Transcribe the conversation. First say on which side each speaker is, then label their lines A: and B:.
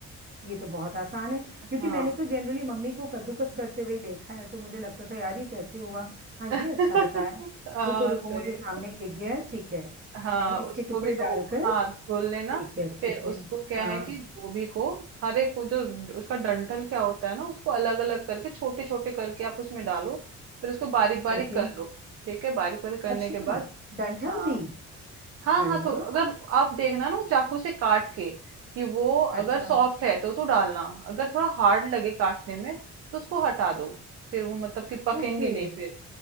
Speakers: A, on the right (about 35°); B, on the right (about 50°).
A: ये तो बहुत आसान है क्योंकि
B: हाँ
A: मैंने तो जनरली मम्मी को कद्दूकस करते हुए ही देखा है तो मुझे लगता था यार ये कैसे होगा हाँ
B: <laughs>
A: ये अच्छा बताया
B: हाँ
A: रुको रुको
B: सही
A: मुझे सामने ही दिख गया है ठीक है
B: हाँ
A: मैं इसके
B: उसको
A: टुकड़े
B: भी धो
A: डालकर
B: हाँ धो लेना
A: ठीक है ठीक
B: फिर
A: है
B: उसको क्या
A: हाँ
B: है कि गोभी को हर एक वो जो उसका डंठल क्या होता है ना उसको अलग अलग करके छोटे छोटे करके आप उसमें डालो फिर उसको बारीक बारीक
A: ओके
B: कर लो ठीक है बारीक बारीक करने
A: अच्छा
B: के बाद
A: डंठल
B: हाँ
A: भी
B: हाँ
A: अरे
B: हाँ तो
A: वाह
B: अगर आप देखना ना चाकू से काट के कि वो अगर
A: अच्छा
B: सॉफ्ट है तो तो डालना अगर थोड़ा हार्ड लगे काटने में तो उसको हटा दो फिर वो मतलब कि पकेंगे
A: ओके
B: नहीं फिर